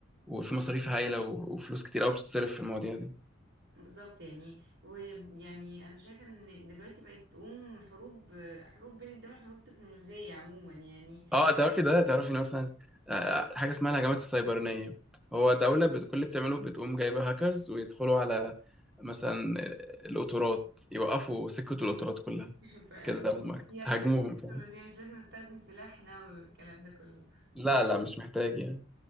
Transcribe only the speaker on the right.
بالظبط يعني ويعني انا شايفه ان دلوقتي بقت تقوم حروب حروب بين الدول حروب تكنولوجيه عموما يعني
<laughs> ف
يلا
حتى التكنولوجيا
مش لازم استخدم سلاح نووي والكلام ده كله